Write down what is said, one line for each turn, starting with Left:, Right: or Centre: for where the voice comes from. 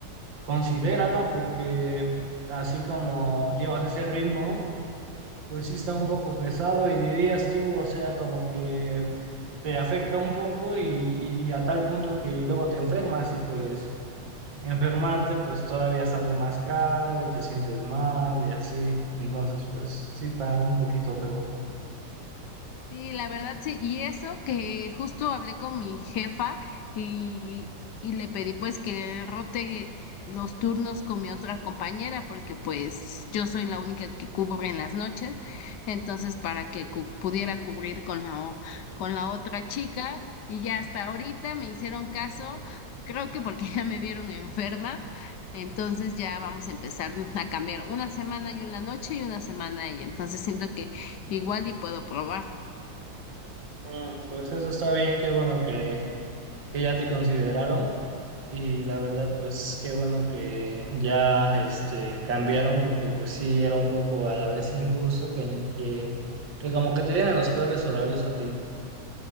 Right: considérala porque así como llevas ese ritmo, Pues sí está un poco pesado y dirías tú, o sea, como que te afecta un poco y, y a tal punto que luego te enfermas y pues enfermarte pues todavía sale más caro y te sientes mal y así. Entonces pues sí está un poquito feo.
Left: Sí, la verdad sí, y eso que justo hablé con mi jefa y, y le pedí pues que rote los turnos con mi otra compañera porque pues yo soy la única que cubre en las noches, entonces para que cu- pudiera cubrir con la, o- con la otra chica y ya hasta ahorita me hicieron caso, creo que porque <laughs> ya me vieron enferma, entonces ya vamos a empezar a cambiar una semana yo en la noche y una semana ella, entonces siento que igual y puedo probar.
Right: Mm, pues eso está bien, qué bueno que, que ya te consideraron y la verdad pues qué bueno que ya este cambiaron porque pues sí era un poco a la vez injusto que, que, que como que te dieran los peores horarios a ti.